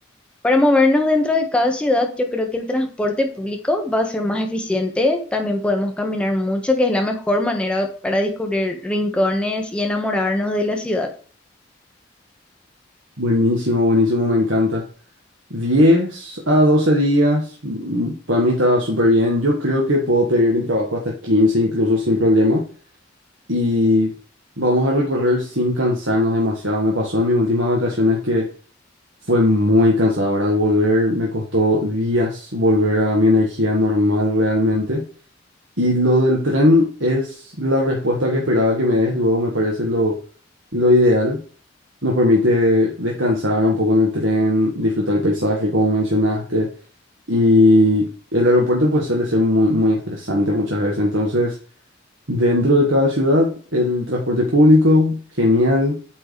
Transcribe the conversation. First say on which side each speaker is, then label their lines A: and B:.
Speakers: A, in the centre; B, on the right.
A: Para movernos dentro de cada ciudad, yo creo que el transporte público va a ser más eficiente. También podemos caminar mucho, que es la mejor manera para descubrir rincones y enamorarnos de la ciudad.
B: Buenísimo, buenísimo, me encanta. 10 a 12 días, mm, para mí estaba súper bien. Yo creo que puedo pedir mi trabajo hasta 15 incluso sin problema. Y vamos a recorrer sin cansarnos demasiado. Me pasó en mis últimas vacaciones que Fue muy cansador al volver, me costó días volver a mi energía normal realmente. Y lo del tren es la respuesta que esperaba que me des, luego me parece lo, lo ideal. Nos permite descansar un poco en el tren, disfrutar el paisaje, como mencionaste. Y el aeropuerto pues suele ser muy, muy estresante muchas veces, entonces... Dentro de cada ciudad, el transporte público, genial,